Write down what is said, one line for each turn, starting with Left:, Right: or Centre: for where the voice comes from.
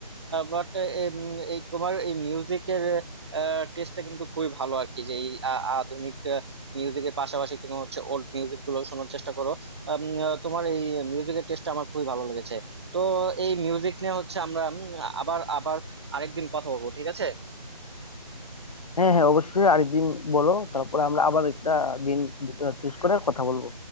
Right: বাট এই তোমার এই মিউজিকের টেস্টটা কিন্তু খুবই ভালো আর কি যে এই আ- আধুনিক মিউজিকের পাশাপাশি তুমি হচ্ছে ওল্ড মিউজিক গুলো শোনার চেষ্টা করো আম, আহ, তোমার এই মিউজিকের টেস্টটা আমার খুবই ভালো লেগেছে তো এই মিউজিক নিয়ে হচ্ছে আমরা উম, আবার আবার আরেকদিন কথা বলবো ঠিক আছে
Left: হ্যাঁ হ্যাঁ অবশ্যই আরেকদিন বলো তারপরে আমরা আবার একটা দিন চুজ করে কথা বলবো